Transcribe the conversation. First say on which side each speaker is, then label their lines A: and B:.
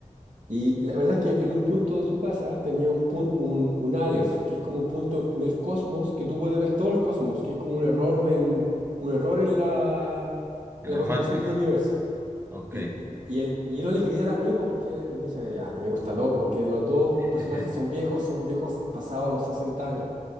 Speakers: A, on the right; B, on the right.
A: Y la verdad es que en un punto de su casa tenía un, pun- un, un Aleph, que es como un punto en el cosmos, que tú puedes ver todo el cosmos, que es como un error, de en, un error en la,
B: En
A: en la
B: la
A: construcción
B: Matrix.
A: del universo.
B: Ok.
A: Y, y, y él, y yo no le creía al amigo porque él decía, ya, mi amigo está loco, porque los dos
B: <laughs>
A: personajes son viejos, son viejos pasados los 60 años.